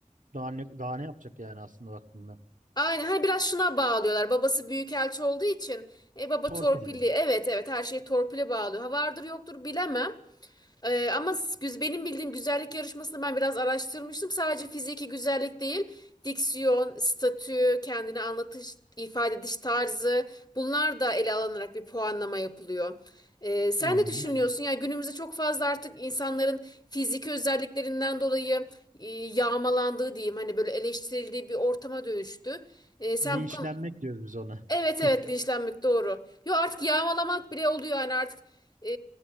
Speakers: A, on the right; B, on the left.
A: Daha ne, daha ne yapacak yani aslında baktığında?
B: Aynen hani biraz şuna bağlıyorlar. Babası büyükelçi olduğu için e, baba
A: Torpilli.
B: torpilli. Evet evet her şeyi torpile bağlıyor. Ha vardır yoktur bilemem. Ee, ama güz- benim bildiğim güzellik yarışmasını ben biraz araştırmıştım. Sadece fiziki güzellik değil, diksiyon, statü, kendini anlatış, ifade ediş tarzı bunlar da ele alınarak bir puanlama yapılıyor. Ee, sen
A: Aynen
B: ne düşünüyorsun?
A: öyle.
B: Yani günümüzde çok fazla artık insanların fiziki özelliklerinden dolayı e, yağmalandığı diyeyim hani böyle eleştirildiği bir ortama dönüştü. Ee, sen
A: Linçlenmek
B: bu konu...
A: diyoruz biz ona.
B: Evet evet
A: <laughs>
B: linçlenmek doğru. Yo artık yağmalamak bile oluyor yani artık e,